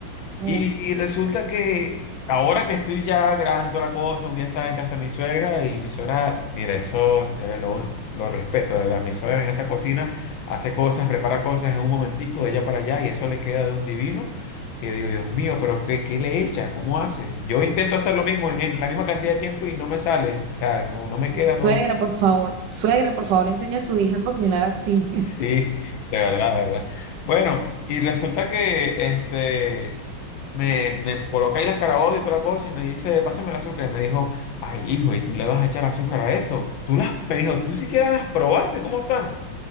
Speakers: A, on the right (about 65°); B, on the left (about 70°).
A: Oh,
B: Y resulta que ahora que estoy ya grande y toda la cosa, un día estaba en casa de mi suegra y mi suegra, mira, eso de verdad, lo, un- lo respeto, de verdad. Mi suegra en esa cocina hace cosas, prepara cosas en un momentico de allá para allá y eso le queda de un divino que digo, Dios mío, pero ¿qué, qué le echa? ¿Cómo hace? Yo intento hacer lo mismo en, en la misma cantidad de tiempo y no me sale, o sea, no, no me queda,
A: y Suegra,
B: no.
A: por favor, suegra, por favor, enseña a su hija a cocinar así.
B: Sí, de verdad, de verdad. Bueno, y resulta que este me, me coloca ahí las carabotas y toda la cosa y me dice, pásame el azúcar. Y me dijo, ay, hijo, ¿y tú le vas a echar azúcar a eso? Tú las, me dijo, tú siquiera las probaste, ¿cómo están?